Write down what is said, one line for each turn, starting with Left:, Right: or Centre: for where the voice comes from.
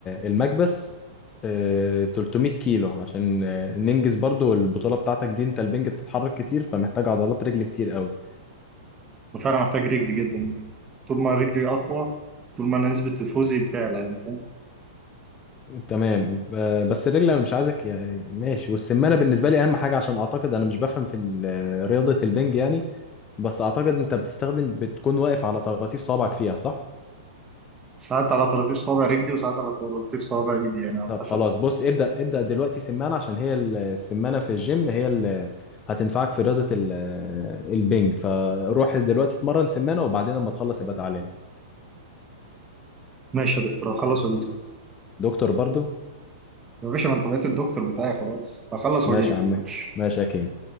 Left: المكبس آه 300 كيلو عشان آه، ننجز برضو البطولة بتاعتك دي انت البنج بتتحرك كتير فمحتاج عضلات رجل كتير قوي
Right: فانا محتاج رجلي جدا طول ما رجلي اقوى طول ما أنا نسبه تفوزي بتعلى يعني فاهم
Left: تمام آه، بس الرجل انا مش عايزك يعني ماشي والسمانه بالنسبه لي اهم حاجه عشان اعتقد انا مش بفهم في ال- آه، رياضه البنج يعني بس اعتقد انت بتستخدم بتكون واقف على طراطيف صوابعك فيها صح؟
Right: ساعات على طراطيف صوابع رجلي وساعات على طراطيف صوابع ايدي يعني على
Left: طب
Right: حسب
Left: خلاص بص ابدا ابدا دلوقتي سمانه عشان هي ال- السمانه في الجيم هي اللي هتنفعك في رياضه ال- آه، البنج فروح دلوقتي اتمرن سمانه وبعدين لما تخلص يبقى تعالى لي
Right: ماشي يا دكتور هخلص واجيلك
Left: دكتور برضو
Right: يا باشا ما انت بقيت الدكتور بتاعي خلاص هخلص
Left: ماشي
Right: واجيلك
Left: يا عمي
Right: ما كنتش
Left: ماشي يا كيم